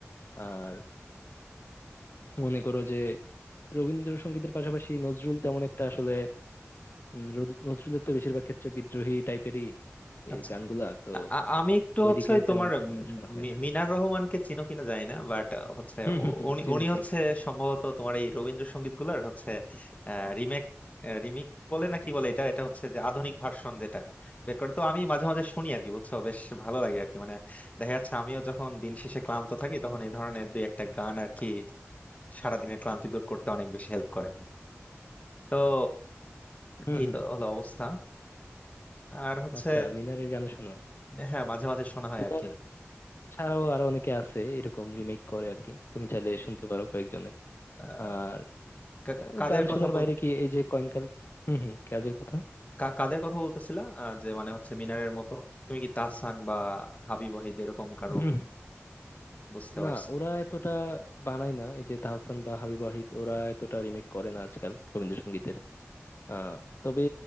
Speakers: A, on the left; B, on the left.
A: আর মনে করো যে রবীন্দ্রসঙ্গীতের পাশাপাশি নজরুল তেমন একটা আসলে উম, রোদ- নজরুলের তো বেশিরভাগ ক্ষেত্রে বিদ্রোহী টাইপেরই এই
B: আচ্ছা।
A: গানগুলা তো
B: আ- আমি একটু
A: ওইদিকে
B: হচ্ছে ওই
A: তেমন
B: তোমার
A: একটা শোনা হয়
B: মি-
A: না আর
B: মিনার
A: কি
B: রহমানকে চিনো কিনা জানি না বাট হচ্ছে
A: হম
B: উ-
A: হম হম
B: উনি
A: <laughs> চিনি
B: উনি
A: চিনি
B: হচ্ছে সম্ভবত তোমার এই রবীন্দ্রসঙ্গীত গুলার হচ্ছে রিমেক রিমিক বলে না কি বলে এটা এটা হচ্ছে যে আধুনিক ভার্সন যেটা বের করে তো আমি মাঝে মাঝে শুনি আর কি বুঝছো বেশ ভালো লাগে আর কি মানে দেখা যাচ্ছে আমিও যখন দিন শেষে ক্লান্ত থাকি তখন এই ধরনের দুই একটা গান আর কি সারাদিনের ক্লান্তি দূর করতে অনেক বেশি হেল্প করে তো
A: হম
B: এই
A: হম
B: তো হলো অবস্থা আর হচ্ছে
A: আচ্ছা মিনারের গানও শোনো
B: হ্যাঁ মাঝে মাঝে শোনা হয়
A: মিনার
B: আর কি
A: ছাড়াও আরো অনেকে আছে এরকম রিমেক করে আর কি তুমি চাইলে শুনতে পারো কয়েকজনের
B: আহ,
A: আর
B: কা-
A: আহ,
B: কাদের
A: গান
B: কথা
A: শোনার
B: বলছিলাম
A: বাইরে কি এই যে কয়েনকাল হম হম কাজের কথা
B: কা- কাদের কথা বলতেছিলা আহ, যে মানে হচ্ছে মিনারের মতো তুমি কি তাহসান বা হাবিব ওয়াহিদ এরকম কারো
A: হুম,
B: বুঝতে
A: না
B: পারছি
A: ওরা এতটা বানায় না এই যে তাহসান বা হাবিব ওয়াহিদ ওরা এতটা রিমেক করে না আজকাল রবীন্দ্রসঙ্গীতের আহ তবে